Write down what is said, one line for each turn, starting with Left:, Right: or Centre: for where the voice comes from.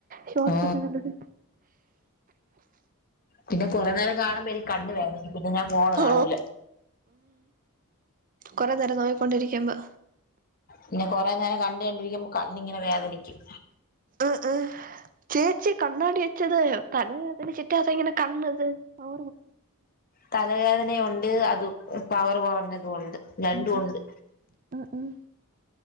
Right: ഷോർട്ടസ്
Left: ഓ
Right: ഒക്കെ കണ്ടക്ക
Left: പിന്നെ കുറെേ നേരം കാണുമ്പോൾ എനി കണ്ടുുവായിനനിക്ക് പിന്നെ ഞാൻ പോണ കാണൂല
Right: ഓ കുറെേ നേരം നോയിക്കൊണ്ടിരിക്ക്പ
Left: പിന്നെ കൊറെേ നേരം കണ്ടുകണ്ടിരിക്കുമ്പ കണ്ണിങ്ങനെ വേദനിക്കും
Right: ആഹ് ആഹ് ചേച്ചി കണ്ണാടി വെച്ചത് പല അതിന് ചിറ്റ അത ഇങ്ങനെ കണ്ണത് അവ
Left: തലവേദനുണ്ട് അത് പവർ കുറഞ്ഞതും ഉണ്ട് രണ്ടും
Right: ഉം ഉം
Left: ഉണ്ട്
Right: ഉം ഉം